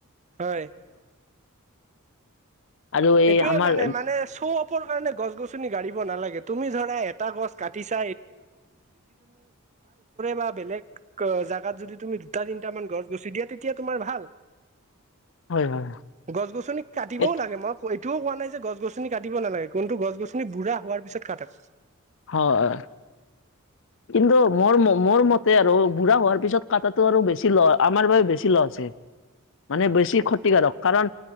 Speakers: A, on the right; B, on the left.
A: হয়।
B: আৰু এই
A: এইটোয়ে
B: আমাৰ
A: মানে মানে চৌ অপৰ কাৰণে গছ গছনি গাৰিব নালাগে। তুমি জানা এটা গছ কাটিছা। বা বেলেগ জেগাত যদি তুমি দুটা তিনিটা মান গছ গুছি দিয়া তেতিয়া তোমাৰ ভাল।
B: হয়, হয়,
A: গছ গছনি কাটিবও
B: এ
A: লাগে মোক। এইটোও কোৱা নাই যে গছ গছনি কাটিব নালাগে কন্তু গছ গছনি বুঢ়া হোৱাৰ পিছত কাক।
B: হয়। কিন্তু মোৰ মোৰ মতে আৰু বুঢ়া হোৱাৰ পিছত কটাটো আৰু বেছি ল আমাৰ বাবে বেছি লছ। মানে বেছি ক্ষতিকাৰক কাৰণ